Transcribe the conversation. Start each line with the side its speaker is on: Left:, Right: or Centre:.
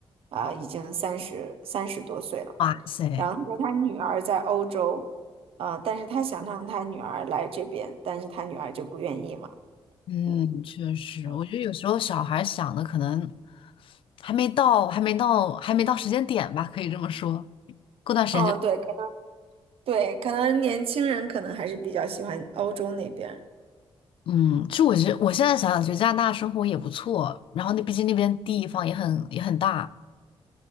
Right: 啊、已经三十三十多岁了。
Left: 哇塞，
Right: 然后他说他女儿在欧洲，呃，但是他想让他女儿来这边，但是他女儿就不愿意嘛。
Left: 嗯，
Right: 嗯
Left: 确实，
Right: 嗯，
Left: 我觉得有时候小孩想的可能还没到，还没到，还没到时间点吧，可以这么说。过段时间就，
Right: 嗯对，可能对，可能年轻人可能还是比较喜欢欧洲那边儿
Left: 嗯，其实我觉得我现在想想，觉得加拿大生活也不错，然后那毕竟那边地方也很也很大，